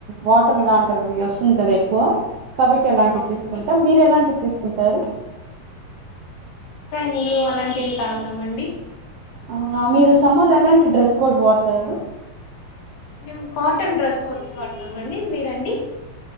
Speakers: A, on the right (about 85°); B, on the left (about 60°).
A: వాటర్ ఇల ఉంటవి వస్తుంది కదా ఎక్కువ కాబట్టి అలాంటివి
B: అవునండి
A: తీసుకుంటామ్ మీరు ఎలాంటివి తీసుకుంటారు
B: నీళ్లు అలాంటివి తాగుతాం అండి
A: అవునా మీరు సమ్మర్ లో ఎలాంటి డ్రెస్ కోడ్ వాడతారు
B: మేము కాటన్ డ్రెస్ కోడ్స్ వాడతామండి మీరండి